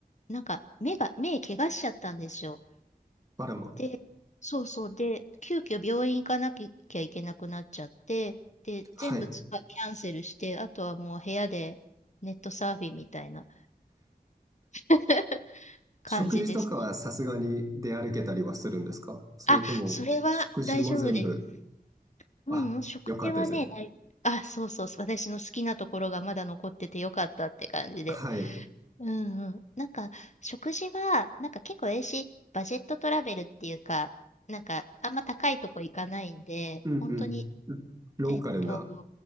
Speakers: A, on the left; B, on the right.
A: なんか目が、目怪我しちゃったんですよ。
B: バラマ。
A: で、そうそう。で、急遽病院行かなきゃいけなくなっちゃって、で、
B: はい。
A: 全部ツアーキャンセルして、あとはもう部屋でネットサーフィンみたいな <laughs> 感じです。
B: 食事とかはさすがに出歩けたりはするんですかそれとも、
A: あ、それは大丈夫です。
B: 食事も全部、
A: うんうん、
B: あ、
A: 食事はね、
B: よかったです。
A: 大あ、そうそう、私の好きなところがまだ残っててよかったって感じで。
B: はい。
A: うんうん。なんか、食事は、なんか結構ええし、バジェットトラベルっていうか、なんか、あんま高いとこ行かないんで、
B: うんうん。
A: 本当に、
B: ローカルな。
A: えっと、